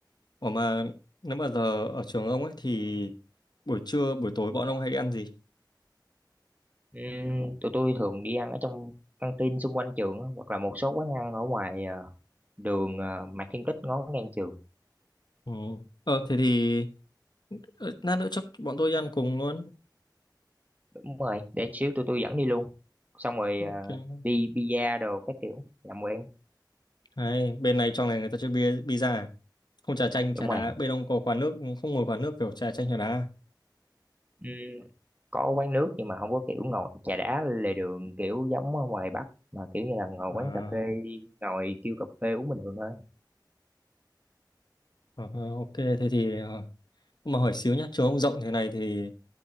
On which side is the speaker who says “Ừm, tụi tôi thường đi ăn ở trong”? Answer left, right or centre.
Right